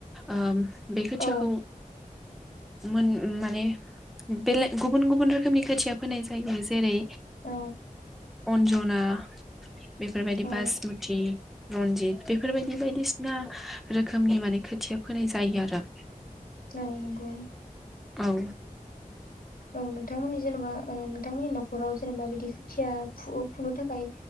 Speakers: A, in the centre; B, on the left (about 85°).
A: ओ बे खोथियाखौ
B: औ
A: मोन माने बेले गुबुन गुबुन रोखोमनि खोथिया फोनाय जायो जेरै
B: औ
A: अन्जना बेफोरबायदि
B: औ
A: बासमति रनजित बेफोरबायदि बायदिसिना रोखोमनि माने खोथिया फोनाय जायो आरो।
B: औ नंगौ
A: औ
B: औ नोंथांमोननि जेनेबा ओ नोंथांमोननि न'खराव जेनेबा बिदि खोथिया फु-फुनो थाखाय